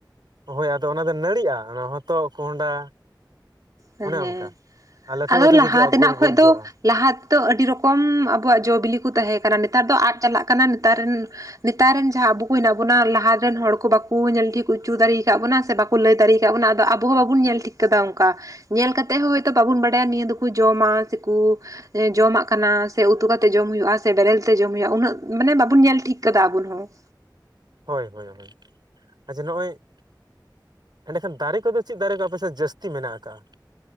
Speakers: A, on the right (about 65°); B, on the right (about 50°).
A: ᱦᱳᱭ ᱟᱫᱚ ᱚᱱᱟ ᱫᱚ ᱱᱟᱹᱲᱤᱜᱼᱟ ᱚᱱᱟ ᱫᱚ ᱦᱚᱛᱚᱜ, ᱠᱚᱸᱦᱰᱟ
B: ᱦᱮᱸ,
A: ᱚᱱᱮ ᱚᱱᱠᱟ ᱟᱨ ᱞᱟᱹᱴᱩ
B: ᱟᱫᱚ
A: ᱞᱟᱹᱴᱩ
B: ᱞᱟᱦᱟ
A: ᱜᱮ ᱡᱚᱜᱼᱟ
B: ᱛᱮᱱᱟᱜ
A: ᱜᱳᱞ
B: ᱠᱷᱚᱡ
A: ᱜᱳᱞ
B: ᱫᱚ
A: ᱡᱚᱜᱼᱟ
B: ᱞᱟᱦᱟ ᱛᱮᱫᱚ ᱟᱹᱰᱤ ᱨᱚᱠᱚᱢ ᱟᱵᱚᱣᱟᱜ ᱡᱚ ᱵᱤᱞᱤ ᱠᱚ ᱛᱟᱦᱮᱸ ᱠᱟᱱᱟ ᱱᱮᱛᱟᱨ ᱫᱚ ᱟᱫ ᱪᱟᱞᱟᱜ ᱠᱟᱱᱟ ᱱᱮᱛᱟᱨ ᱨᱮᱱ ᱱᱮᱛᱟᱨ ᱨᱮᱱ ᱡᱟᱦᱟᱸ ᱟᱵᱚ ᱠᱚ ᱦᱮᱱᱟᱜ ᱵᱚᱱᱟ ᱞᱟᱦᱟ ᱨᱮᱱ ᱦᱚᱲ ᱠᱚ ᱵᱟᱠᱚ ᱧᱮᱞ ᱴᱷᱤᱠ ᱦᱚᱪᱚ ᱫᱟᱲᱮ ᱠᱟᱜ ᱵᱚᱱᱟ ᱥᱮ ᱵᱟ ᱠᱚ ᱞᱟᱹᱭ ᱫᱟᱲᱮ ᱟᱠᱟᱫ ᱵᱚᱱᱟ ᱟᱫᱚ ᱟᱵᱚ ᱦᱚᱸ ᱵᱟᱵᱚᱱ ᱧᱮᱞ ᱴᱷᱤᱠ ᱠᱟᱫᱟ ᱚᱱᱠᱟ ᱾ ᱧᱮᱞ ᱠᱟᱛᱮᱮᱫ ᱦᱚᱸ ᱦᱚᱭᱛᱳ ᱵᱟᱵᱚᱱ ᱵᱟᱰᱟᱭᱟ ᱱᱤᱭᱟᱹ ᱫᱚᱠᱚ ᱡᱚᱢᱟ ᱥᱮ ᱠᱚ ᱡᱚᱢᱟᱜ ᱠᱟᱱᱟ, ᱥᱮ ᱩᱛᱩ ᱠᱟᱛᱮᱜ ᱡᱚᱢ ᱦᱩᱭᱩᱜᱼᱟ ᱥᱮ ᱵᱮᱨᱮᱞ ᱛᱮ ᱡᱚᱢ ᱦᱩᱭᱩᱜᱼᱟ ᱩᱱᱟᱹᱜ ᱢᱟᱱᱮ ᱵᱟᱵᱚᱱ ᱧᱮᱞ ᱴᱷᱤᱠ ᱠᱟᱫᱟ ᱟᱵᱚᱱ ᱦᱚᱸ ᱾
A: ᱦᱳᱭ ᱦᱳᱭ ᱦᱳᱭ, ᱟᱪᱪᱷᱟ ᱱᱚᱜᱼᱚᱭ ᱮᱸᱰᱮᱠᱷᱟᱱ ᱫᱟᱨᱮ ᱠᱚᱫᱚ ᱪᱮᱫ ᱫᱟᱨᱮ ᱠᱚ ᱟᱯᱮ ᱥᱮᱫ ᱡᱟᱹᱥᱛᱤ ᱢᱮᱱᱟᱜ ᱟᱠᱟᱜᱼᱟ?